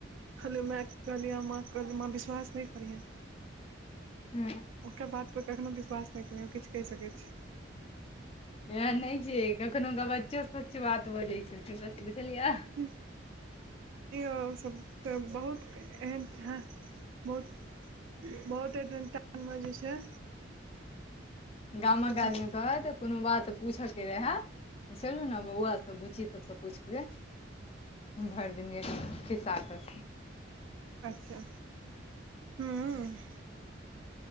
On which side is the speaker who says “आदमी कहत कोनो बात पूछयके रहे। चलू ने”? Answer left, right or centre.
Left